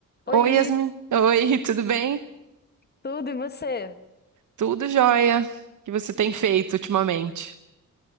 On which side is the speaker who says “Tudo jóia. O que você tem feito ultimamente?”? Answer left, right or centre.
Right